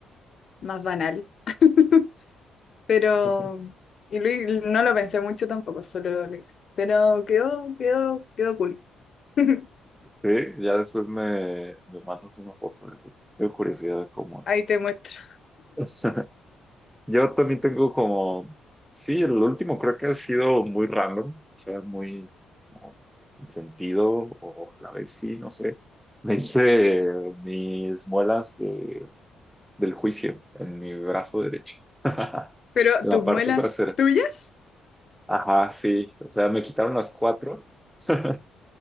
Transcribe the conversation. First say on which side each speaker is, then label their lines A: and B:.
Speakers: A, on the left; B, in the centre.
A: más banal. <laughs> Pero,
B: <laughs>
A: y lo hi- no lo pensé mucho tampoco, solo lo hice. Pero quedó, quedó, quedó cool. <laughs>
B: Sí, ya después me, me mandas una foto de eso. Tengo curiosidad de cómo es.
A: Ahí te muestro.
B: <laughs> Yo también tengo como, sí, el último creo que ha sido muy random, o sea, muy como, sin sentido, o a la vez sí, no sé. Me hice mis muelas de- del juicio en mi brazo derecho, <laughs> en
A: Pero tus
B: la
A: muelas
B: parte trasera.
A: tuyas,
B: Ajá, sí, o sea, me quitaron las cuatro. <laughs>